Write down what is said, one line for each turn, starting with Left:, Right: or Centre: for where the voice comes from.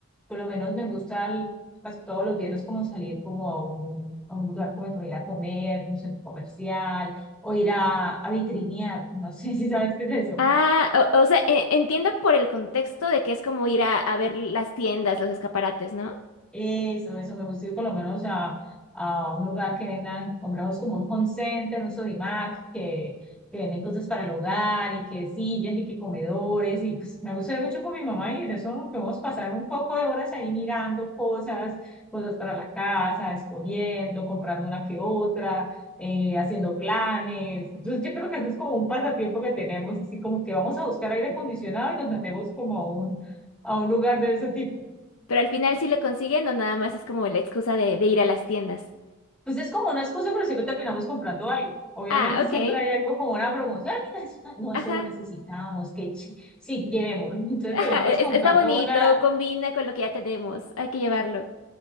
Centre: por lo menos me gusta el- casi todos los viernes como salir como a un, a un lugar con mi familia a comer, un centro comercial o ir a, a vitrinear, no sé <laughs> si sabes qué es eso.
Left: Ah, o, o sea, e- entiendo por el contexto de que es como ir a, a ver las tiendas, los escaparates, ¿no?
Centre: Eso, eso me gusta ir por lo menos a, a un lugar que vendan, compramos como un home center, un Sodimac, que, que venden cosas para el hogar y que sillas y que comedores. Y pues me gusta ir mucho con mi mamá y en eso nos podemos pasar un poco de horas ahí mirando cosas, cosas para la casa, escogiendo, comprando una que otra, eh, haciendo planes. Entonces yo creo que eso es como un pasatiempo que tenemos, así como que vamos a buscar aire acondicionado y nos metemos como a un, a un lugar de ese tipo.
Left: Pero al final sí lo consiguen o nada más es como la excusa de, de ir a las tiendas.
Centre: Pues es como una excusa, pero siempre terminamos comprando algo. Obviamente
Left: Ah, ok,
Centre: siempre hay algo como una promoción. <laughs> "Ah, mira, eso- no,
Left: ajá.
Centre: eso lo necesitábamos que sí, llevémoslo. <laughs> Entonces
Left: Ajá,
Centre: terminamos
Left: e-,
Centre: comprando
Left: es- está bonito,
Centre: una,
Left: combina con lo que ya tenemos, hay que llevarlo.